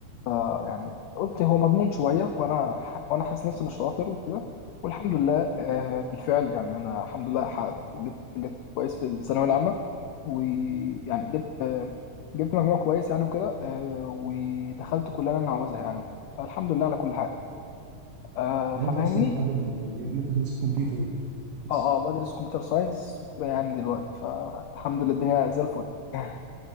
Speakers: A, on the left; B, on the right.
A: آه يعني قلت هو مضمون شويه وانا ح- وانا حاسس نفسي اني شاطر وكده والحمد لله آه، بالفعل يعني انا الحمد لله حققت وجبت جبت كويس في الثانويه العامه ويعني جبت آه، جبت مجموع كويس يعني وكده آه، ودخلت كليه اللي انا عاوزها يعني وكده فالحمد لله على كل حاجه آه،
B: يعني
A: ففاهمني
B: انت اصلا حابب ان إن انت تدرس كمبيوتر وكده بس
A: اه اه بدرس كمبيوتر ساينس وكده يعني دلوقتي فالحمد لله الدنيا زي الفل <laughs>